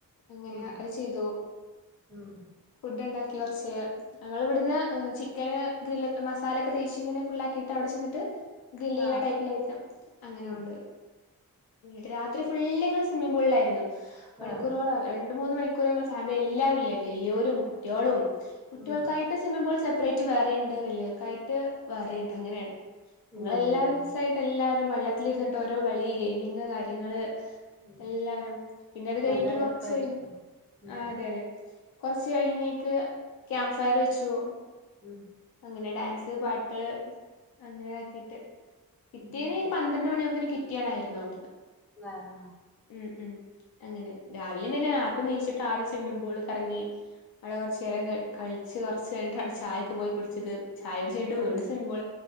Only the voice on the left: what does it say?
അങ്ങനെ
അത് ചെയ്തു
ഫുഡ് ണ്ടാ കുറച്ച് ഞങ്ങൾ ഇവിടുന്ന് ചിക്കന് ഗ്രില്ല് മസാലൊക്കെ തേച്ച് ഇങ്ങനെ ഫുള്ളാക്കിയിട്ട് അവിടെ ചെന്നിട്ട് ഗ്രിൽ ചെയ്യണ
ടൈപ്പിൽ <unintelligible> അങ്ങനെ
കൊണ്ടോയി. എന്നിട്ട് രാത്രി ഫുള്ള് ഞങ്ങള് സ്വിമ്മിങ് പൂളിലായിരുന്നു. മണിക്കൂറോളം
രണ്ട് മൂന്ന് മണിക് കുരങ്ങൾച്ചാ അതെ എല്ലാരുംല്ലേ വല്യോരും കുട്യോളും കുട്ടികൾക്കായിട്ട്
സിമ്മിങ് പൂൾ സെപ്പറേ റ്റ് വേറെയുണ്ട് വെല്യോർക്കായിട്ട് വേറെയുണ്ട് അങ്ങനെയാണ് ഞങ്ങളെല്ലാരും
മിക്സ് ആയിട്ട് എല്ലാരും വെള്ള വിട്ടിലിരുന്നിട്ട്ഓരോ കളി ഗെയിമിംഗ് കാര്യങ്ങള്
എല്ലാരും പിന്നെ അത് കഴിഞ്ഞിട്ടൊരു
കൊർച്ച്
ആ അതെ അതെ കുറച്ച് കഴിഞ്ഞേക്ക് ക്യാമ്പ് ഫയർ വെച്ചു
അങ്ങനെ ഡാൻസ് പാട്ട് അങ്ങനെ ആക്കിട്ട് പിറ്റേന്ന്
ഒരു പന്ത്രണ്ട് മണിയാവുമ്പോത്തെന് ക്വിറ്റിയിണായിരുന്നു അവിടുന്ന്
ഉം ഉ അങ്ങനെ രാവിലും തന്നെ നേർത്തെ എണീച്ചിട്ട് ആദ്യം സ്വിമ്മിംഗ് പൂളിൽ കറങ്ങി അവിടെ കുറച്ചു നേരം ക കളിച്ച് കുറച്ച് കഴിഞ്ഞിട്ടാണ് അവിടെ ചായൊക്കെ പോയി കുടിച്ചത് ചായകുടിച്ചയ്ഞ്ഞിട്ട്
വീണ്ടും സ്വിമ്മിംഗ് പൂൾ